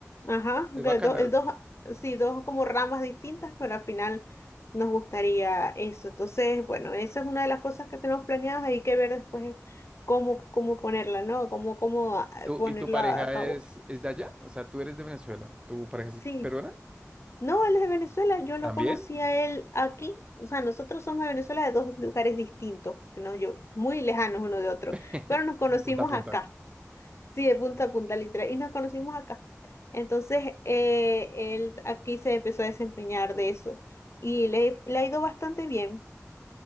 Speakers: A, on the left; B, on the right.
A: Ajá,
B: Es
A: de
B: bacana.
A: do- eh, dos, sí, dos como ramas distintas, pero al final nos gustaría eso. Entonces, bueno, esa es una de las cosas que tenemos planeadas. Hay que ver después cómo, cómo ponerla, ¿no? Cómo, cómo ah,
B: ¿Tú,
A: ponerlo
B: y tu pareja
A: a a cabo.
B: es, es de allá? O sea, tú eres de Venezuela. ¿Tu pareja es
A: Sí.
B: peruana?
A: No, él es de Venezuela, yo lo
B: ¿También?
A: conocí a él aquí, o sea, nosotros somos de Venezuela de dos lugares distintos, no yo, muy lejanos uno de otro,
B: <laughs>
A: pero nos conocimos
B: De punta a punta.
A: acá, sí, de punta a punta literal, y nos conocimos acá. Entonces, eh, él aquí se empezó a desempeñar de eso y le, le ha ido bastante bien.